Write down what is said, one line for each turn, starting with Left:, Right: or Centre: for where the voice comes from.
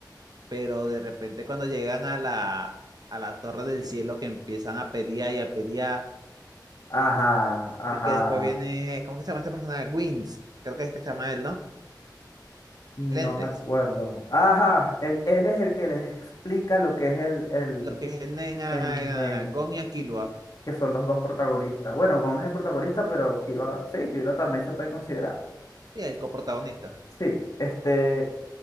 Right: pero de repente cuando llegan a la, a la Torre del Cielo que empiezan a pelear y a pelear
Left: ajá, ajá.
Right: y que después viene, ¿cómo que se llama este personaje? Wins, creo que es que se llama él, ¿no?
Left: No
Right: Lentes,
Left: me acuerdo. Ajá, él, él es el que les explica lo que es el, el,
Right: lo que es el en a,
Left: el Nen.
Right: a Gon y a Killua,
Left: que son los dos protagonistas. Bueno, Gon es el protagonista, pero Killua, sí, Killua también se puede considerar.
Right: sí, el coprotagonista.
Left: Sí, este,